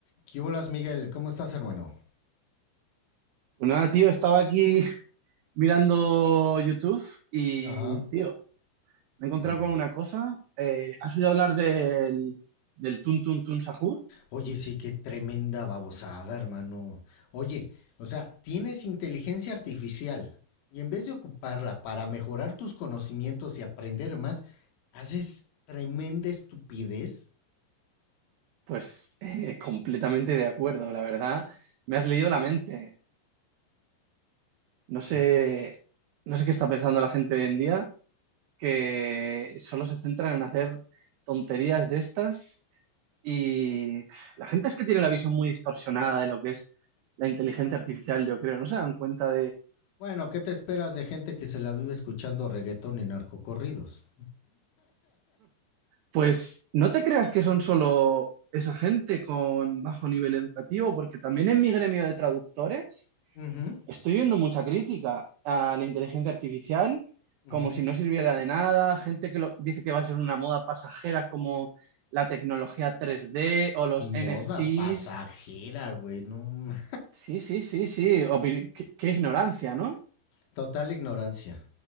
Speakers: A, on the left (about 70°); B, on the right (about 85°).
A: ¿Qué bolas, Miguel? ¿Cómo estás, hermano?
B: Pues nada, tío, estaba aquí mirando YouTube y,
A: Ajá,
B: tío, me he encontrado
A: dime.
B: con una cosa. Eh, ¿has oído hablar del, del Tun Tun Tun Sahur?
A: Oye, sí, qué tremenda babosada, hermano. Oye, o sea, tienes inteligencia artificial y en vez de ocuparla para mejorar tus conocimientos y aprender más, haces tremenda estupidez.
B: Pues eh, completamente de acuerdo, la verdad. Me has leído la mente. No sé,
A: Es-
B: no sé qué está pensando la gente hoy en día, que solo se centran en hacer tonterías de estas y pf, la gente es que tiene la visión muy distorsionada de lo que es la inteligencia artificial, yo creo. No se dan cuenta
A: Bueno, ¿qué te esperas de gente que se la vive escuchando reggaetón y narcocorridos?
B: Pues no te creas que son solo esa gente con bajo nivel educativo, porque también en mi gremio de traductores
A: Ujú,
B: estoy viendo mucha crítica a la inteligencia artificial,
A: ujú.
B: como si no sirviera de nada, gente que lo, dice que va a ser una moda pasajera como la tecnología 3D o los NFTs.
A: Moda pasajera, güey, no. ma-
B: Sí, sí, sí, sí, Opi- qué, qué ignorancia, ¿no?
A: Total ignorancia.